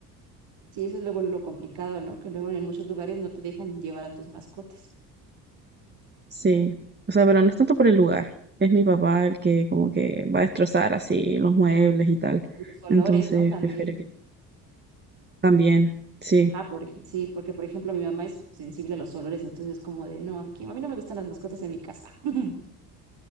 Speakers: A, on the right; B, on the right.
A: Sí, eso es luego lo complicado, ¿no? Que luego en muchos lugares no te dejan llevar a tus mascotas.
B: Sí, o sea, pero no es tanto por el lugar, es mi papá el que como que va a destrozar así los muebles y tal,
A: Con los olores,
B: entonces
A: ¿no? También.
B: prefiero que también, sí,
A: Ajá, por, ej- sí, porque por ejemplo mi mamá es sensible a los olores, entonces como de, no, aquí, a mí no me gustan las mascotas en mi casa. <laughs>